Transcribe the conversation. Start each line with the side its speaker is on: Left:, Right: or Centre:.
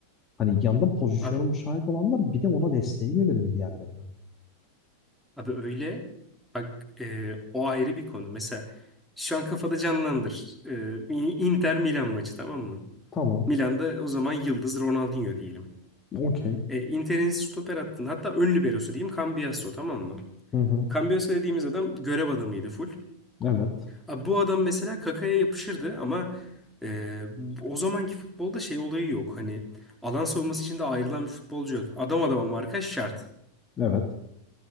Left: Hani yanında pozisyonu
Centre: Abi,
Left: müsait olanlar bir de ona desteğe gelirdi diğerlerine.
Centre: abi öyle bak e, o ayrı bir konu. Mesela şu an kafada canlandır. E, Inter Milan maçı tamam mı?
Left: Tamam.
Centre: Milan'da o zaman yıldız Ronaldinho diyelim.
Left: Okey.
Centre: E, Inter'in stoper hattında hatta ön liberosu diyeyim Cambiasso tamam mı?
Left: Hı hı.
Centre: Cambiasso dediğimiz adam görev adamıydı full.
Left: Evet.
Centre: Abi bu adam mesela Kaka'ya yapışırdı ama e, o zamanki futbolda şey olayı yok. Hani alan savunması için de ayrılan bir futbolcu yok. Adam adama markaj şart.
Left: Evet.